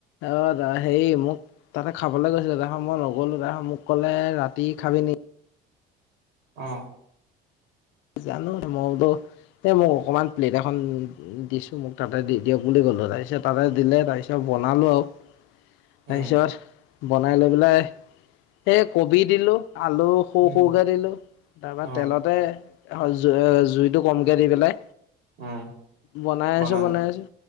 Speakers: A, on the left; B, on the right.
A: অ', তা হেয়ি মোক তাতে খাবলৈ গৈছিলোঁ <unintelligible> মই নগ'লো, মোক ক'লে ৰাতি খাবি নি
B: অ'।
A: জানো আৰু ম, বোলো এ, মোক অকনমান প্লেট এখন দিছোঁ, মোক তাতে দি দিয়ক বুলি কলোঁ তাৰপিছত তাতে দিলে তাৰপিছত বনালোঁ আৰু।
B: উম
A: তাৰপিছত বনাই লৈ পেলাই, এই কবি দিলোঁ। আলু সৰু,
B: উম
A: সৰুকে দিলোঁ, তাৰপা
B: অ
A: তেলতে জ-জুইটো কমকে দি পেলাই,
B: উম
A: বনাই
B: বনালো
A: আছোঁ, বনাই আছোঁ